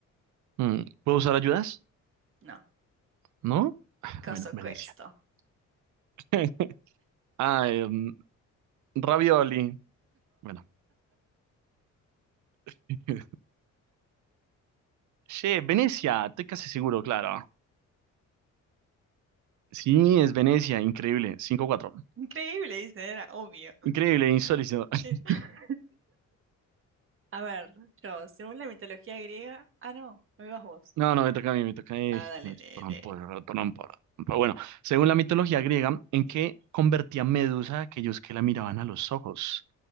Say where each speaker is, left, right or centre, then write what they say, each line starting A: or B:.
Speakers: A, on the right; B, on the right.
A: mm, ¿puedo usar ayudas?
B: No,
A: ¿No? <sighs> Ah,
B: caso
A: Bueno, Venecia.
B: questo.
A: <laughs> Ah, em, ravioli. Bueno. <laughs> Che, Venecia, estoy casi seguro, claro. Sí, es Venecia, increíble. Cinco cuatro,
B: Increíble, dice, era obvio.
A: Increíble, insólito.
B: <laughs>
A: <laughs>
B: A ver, yo, según la mitología griega. Ah, no, me vas vos.
A: No, no, me toca a mí, me toca a mí.
B: Ah, dale, lee,
A: Trompo,
B: lee.
A: trompo. Pero bueno, según la mitología griega, ¿en qué convertía Medusa a aquellos que la miraban a los ojos?